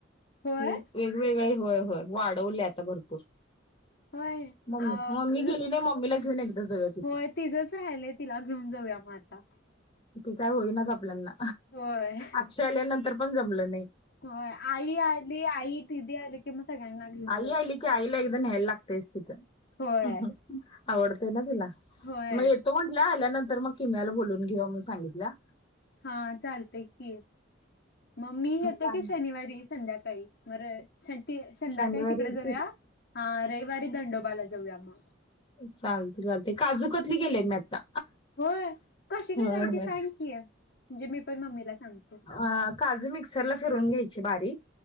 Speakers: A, on the left; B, on the left.
A: होय,
B: वेगवेगळे होय, होय वाढवले आता भरपूर,
A: होय.
B: मम्मी,
A: अ
B: मम्मी
A: न
B: गेली नाही मम्मीला घेऊन एकदा, जाऊया तिथे,
A: होय तिझंच राहिलंय तिला घेऊन जाऊया मग आता
B: किती काय होईनाच आपल्याना
A: होय,
B: अक्षय आल्यानंतर पण जमलं नाही
A: हो आई आली आई, दिदी आली की मग सगळ्यांना- घेऊन
B: आई
A: जाऊया.
B: आली की आईला एकदा न्यायला लागतयेस तिथ... अं
A: होय,
B: ह्.... आवडतय ना तिला
A: होय.
B: मग एक... - तो म्हंटलं आल्यानंतर मग किमयाला बोलुन घेवू म्हणून सांगितल्या-
A: हा चालतेय की, मग मी येतो
B: मग
A: की शनिवारी संध्याकाळी म रविवारी शती संधाकाळी
B: शनिवारी
A: तिकडे
B: येतीस?
A: जाऊया, हा रविवारी दंडोबाला जाऊया मग.
B: चालत चालते, काजूकत्तली, गेले मी आता.
A: होय कशी
B: होय
A: करायची
B: होय.
A: सांग की, म्हणजे मी पण मम्मीला सांगतो
B: अ काजू मिक्सरला, फिरून घ्यायची बारीक.